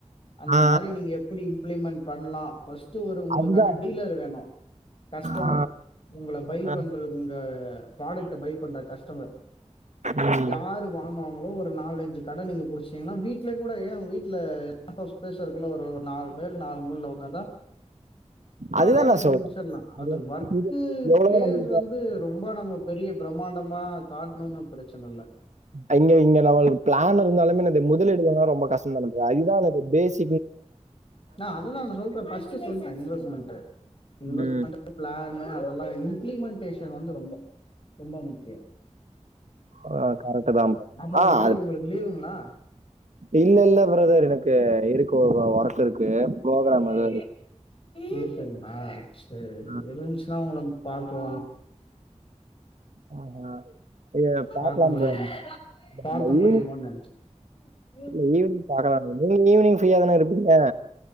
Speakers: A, on the left; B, on the right.
A: அந்த
B: ஆ
A: மாரி நீங்க எப்படி இம்ப்ளிமென்ட் பண்லா பஸ்ட்டு ஒரு உங்களுக்கான
B: அதுதான்.
A: டீலர் வேணு கஸ்டமர்
B: ஆ,
A: உங்கள பை
B: அ
A: பண்றது உங்க ப்ராடக்ட பை பண்ற கஸ்டமர்
B: ம்.
A: யாரு வா வாங்குவாங்களோ ஒரு நாலஞ்சு கட நீங்க புடிச் இல்லனா வீட்லயே கூட ஏ உங் வீட்ல லாட்ஆப் ஸ்பேஸ் இருக்கு இல்ல ஒரு நாலு பேர் நாலு மூல்ல உக்காந்தா அழகா
B: அதுதான் நான்
A: நீங்க
B: சொல்றேன்.
A: முடிச்சிட்லா அது
B: வந்து
A: ஒர்க்கு
B: எவ்வளவோ
A: பிளேஸ்
B: நம்மகிட்ட
A: வந்து ரொம்ப நம்ம பெரிய பிரமாண்டமா காட்ணும்னு பிரச்சன இல்ல
B: அங்க இங்க நம்மளுக்கு பிளான் இருந்தாலுமே என்னது முதலீடு இல்லாம ரொம்ப கஷ்ட்ந்தானே ப்ரோ அதுகுதா அத பேஸ்
A: ஆ அதுதா நா சொல்ட்டே ந பஸ்ட் சொல்டே இன்வெஸ்ட்மென்ட்
B: ம்.
A: பிளானூ அதெல்லா இம்ப்ளிமென்டேஷன் வந்து ரொம்ப ரொம்ப முக்கிய
B: ஆ கரெக்ட்டு தான் ப்ரோ.
A: அப்புற
B: ஆ
A: நாளைக்கு
B: அது
A: உங்களுக்கு லீவுங்களா
B: இல்ல இல்ல பிரதர் எனக்கு இருக்கு ஒரு ஒர்க்கு இருக்கு ப்ரோகிராம்
A: ஓஹோ
B: எதோ இருக்கு.
A: இருக்குங்ளா சேரி
B: ம்.
A: இருந்சுன்னா ஒங்களுக்கு பாப்போ
B: ஆ ஹ பாக்கலா
A: பார்க்க முடியும்
B: ப்ரோ
A: பார்க்க
B: அந்த
A: முடியுமோன்னு
B: ஊர்
A: நினைச்சேன்
B: இல்ல ஈவினிங் பாக்கலா ப்ரோ நீங்க ஈவினிங் ஃப்ரியா தானே இருப்பீங்க